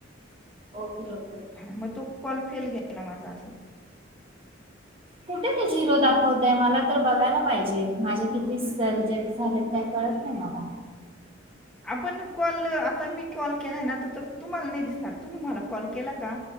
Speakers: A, on the right; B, in the centre.
A: Okay okay.
B: मग तो कॉल फेल गेला माझा असच.
A: कुठे ते झिरो दाखवतंय मला तर बघायला पाहिजे माझे किती कॉल्स रिजेक्ट झालेत काय कळत नाही मला.
B: आपण कॉल आता मी कॉल केलाय ना तर तुम्हाला नाही दिसणार. तुम्ही मला कॉल केला का?